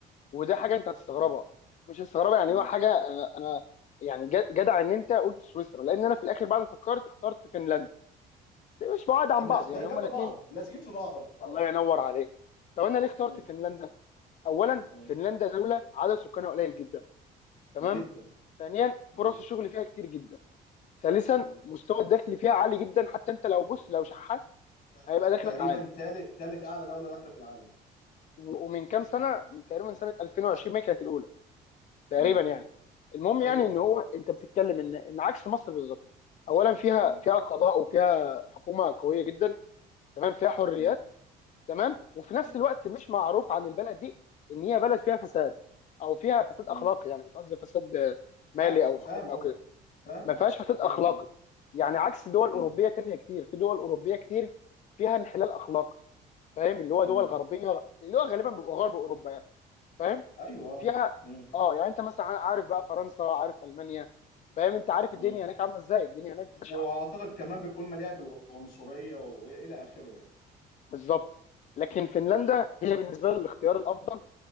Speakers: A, on the left; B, on the left.
A: وده حاجه انت هتستغربها
B: م-
A: مش هتستغربها يعني
B: م.
A: هو حاجه انا انا يعني ج- جدع ان انت قلت سويسرا لان انا في الاخر بعد ما فكرت اخترت فنلندا مش بعاد عن
B: النفس
A: بعض يعني
B: ده جنب
A: هما الاثنين
B: بعض لازقين في بعض اه
A: الله ينور عليك طب انا ليه اخترت
B: م-
A: فنلندا اولا
B: م.
A: فنلندا دوله عدد سكانها قليل جدا تمام
B: جدا
A: ثانيا
B: م-
A: فرص الشغل فيها كتير جدا ثالثا
B: م.
A: مستوى الدخل فيها عالي جدا حتى انت لو بص لو شحات
B: ت-
A: هيبقى دخلك
B: تقريبا
A: عالي
B: تالت تالت اعلى دوله داخله في العالم
A: و- ومن كام سنه تقريبا سنه 2020 ما هي كانت الاولى تقريبا
B: م.
A: يعني المهم
B: ايوه
A: يعني ان
B: اه
A: هو انت بتتكلم ان ان عكس مصر بالظبط اولا فيها
B: مم.
A: فيها قضاء وفيها حكومه قويه جدا تمام فيها حريات
B: مم.
A: تمام وفي نفس
B: مم.
A: الوقت مش معروف
B: مم.
A: عن البلد دي ان هي بلد فيها فساد او فيها فساد
B: مم.
A: اخلاقي يعني مش قصدي فساد آه،
B: فا-
A: مالي
B: فاهم
A: او حكومي
B: قصدك
A: او كده
B: فاهم
A: ما
B: قصدك
A: فيهاش فساد
B: فاهم
A: اخلاقي
B: قصدك
A: يعني عكس دول
B: مم.
A: اوروبيه تانية كتير في دول اوروبيه كتير فيها انحلال اخلاقي فاهم اللي هو
B: مم.
A: دول غربيه اللي هو غالبا بيبقى غرب اوروبا يعني فاهم
B: ايوه اه
A: فيها
B: مم.
A: اه يعني انت مثلا عارف بقى فرنسا عارف المانيا فاهم انت عارف الدنيا
B: مم.
A: هناك عامله ازاي الدنيا هناك بشعه
B: واعتقد كمان بتكون مليئه بالعنصريه والى اخره يعني
A: بالظبط لكن فنلندا
B: مم.
A: هي بالنسبه لي الاختيار الافضل